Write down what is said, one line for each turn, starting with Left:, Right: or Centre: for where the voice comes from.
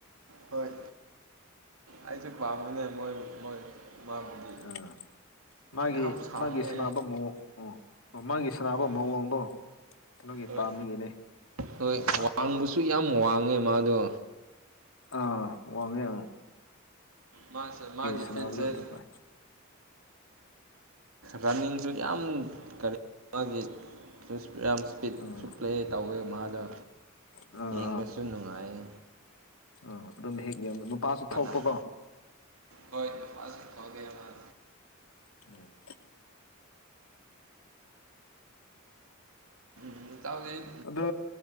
Right: ꯍꯣꯏ꯫ ꯑꯩꯖꯨ ꯄꯥꯝꯃꯤꯅꯦ ꯃꯣꯏ ꯃꯣꯏ ꯃꯥꯕꯨꯗꯤ
Left: ꯎꯝ ꯃꯥꯒꯤ
Right: ꯌꯥꯝ ꯁꯥꯡꯉꯦ
Left: ꯃꯥꯒꯤ ꯁꯅꯕ ꯃꯑꯣꯡ ꯑꯣ ꯑꯣ ꯃꯥꯒꯤ ꯁꯥꯟꯅꯕ
Right: ꯍꯣꯏ
Left: ꯃꯑꯣꯡꯗꯣ ꯀꯩꯅꯣꯒꯤ
Right: ꯍꯣꯏ
Left: ꯄꯥꯝꯕꯒꯤꯅꯦ꯫
Right: ꯍꯣꯏ
Left: ꯑꯥ
Right: ꯋꯥꯡꯕꯁꯨ ꯌꯥꯝ ꯋꯥꯡꯉꯦ ꯃꯥꯗꯣ꯫
Left: ꯑꯥ ꯋꯥꯡꯉꯦ ꯎꯝ꯫
Right: ꯃꯥꯁꯦ ꯃꯥꯒꯤ
Left: ꯁꯥꯟꯅꯕꯗꯣ
Right: ꯐꯤꯠꯁꯦꯠ
Left: ꯑꯗꯨꯝ ꯐꯩ
Right: ꯔꯅꯤꯡꯖꯨ ꯌꯥꯝ ꯀꯔꯤ ꯃꯥꯒꯤ <unintelligible> ꯄꯤꯠ
Left: ꯎꯝ
Right: ꯆꯨ ꯄ꯭ꯂꯦ ꯇꯧꯋꯦ ꯃꯥꯗꯣ
Left: ꯑꯥ
Right: ꯌꯦꯡꯕꯁꯨ ꯅꯨꯡꯉꯥꯏꯌꯦ꯫
Left: ꯑ ꯑꯗꯨꯝ ꯍꯦꯛ ꯌꯦꯡꯕ ꯅꯨꯄꯥꯁꯨ
Right: ꯃꯥꯅ
Left: ꯊꯣꯛꯄꯀꯣ꯫
Right: ꯍꯣꯏ ꯅꯨꯄꯥꯥꯖꯨ ꯊꯣꯛꯑꯦ ꯃꯥꯖꯦ꯫
Left: ꯎꯝ꯫
Right: ꯎꯝ ꯇꯥꯎꯖꯤ
Left: ꯑꯗꯨ